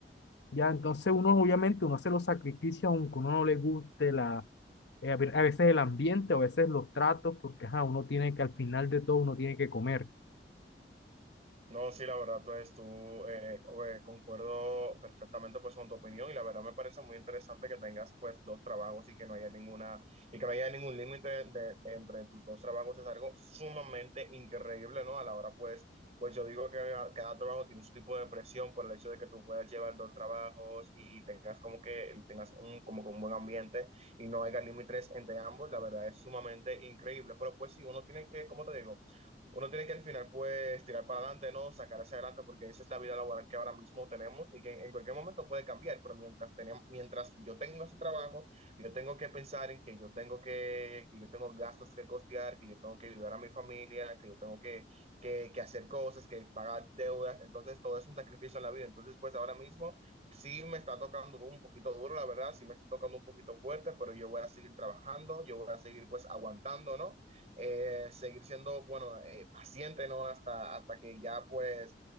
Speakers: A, on the left; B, on the right.
A: Ya, entonces uno obviamente uno hace los sacrificios aunque uno no le guste la, eh, a ve- a veces el ambiente, a veces los tratos, porque ajá, uno tiene que al final de todo uno tiene que comer.
B: No, sí, la verdad, pues tú eh, co- eh, concuerdo perfectamente pues con tu opinión y la verdad me parece muy interesante que tengas pues dos trabajos y que no haya ninguna y que no haya ningún límite de, de- entre tus dos trabajos es algo sumamente increíble, ¿no? A la hora pues pues yo digo que cada, cada trabajo tiene su tipo de presión por el hecho de que tú puedas llevar dos trabajos y, y tengas como que tengas un como que un buen ambiente y no haya límites entre ambos, la verdad es sumamente increíble, pero pues sí, uno tiene que, como te digo? uno tiene que al final pues tirar para adelante, ¿no? Sacar hacia adelante porque esa es la vida laboral que ahora mismo tenemos y que en, en cualquier momento puede cambiar, pero mientras, tenem- mientras yo tengo ese trabajo, yo tengo que pensar en que yo tengo que, que yo tengo gastos que costear, que yo tengo que ayudar a mi familia, que yo tengo que, que, que hacer cosas, que pagar deudas, entonces todo es un sacrificio en la vida, entonces pues ahora mismo sí me está tocando un poquito duro, la verdad, sí me está tocando un poquito fuerte, pero yo voy a seguir trabajando, yo voy a seguir pues aguantando, ¿no? eh, seguir siendo, bueno, eh, paciente, ¿no? Hasta, hasta que ya, pues,